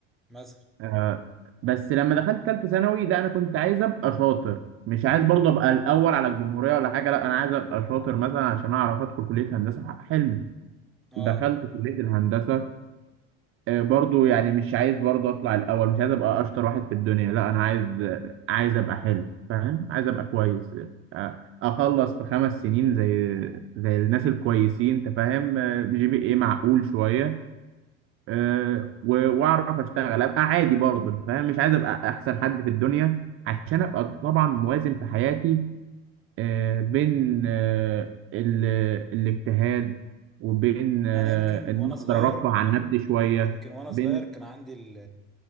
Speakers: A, in the centre; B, on the right (about 45°).
A: مثلا
B: آه، بس لما دخلت ثالثه ثانوي لا انا كنت عايز ابقى شاطر مش عايز برضه ابقى الاول على الجمهوريه ولا حاجه لا انا عايز ابقى شاطر مثلا عشان اعرف ادخل كليه هندسه ح- حلمي
A: اه
B: دخلت كليه الهندسه آه، برضه يعني مش عايز برضه اطلع الاول مش عايز ابقى اشطر واحد في الدنيا لا انا عايز عايز ابقى حلو فاهم عايز ابقى كويس آه، اخلص في خمس سنين زي زي الناس الكويسين انت فاهم آه، جي بي ايه معقول شويه آه، و- واعرف اشتغل ابقى عادي برضه فاهم مش عايز ابقى احسن حد في الدنيا عشان ابقى طبعا موازن في حياتي آه، بين آه، ال- الاجتهاد وبين آه،
A: انا يمكن
B: ان
A: وانا
B: انا اقدر
A: صغير
B: ارفه عن نفسي شويه
A: يمكن وانا
B: بين
A: صغير كان عندي ال...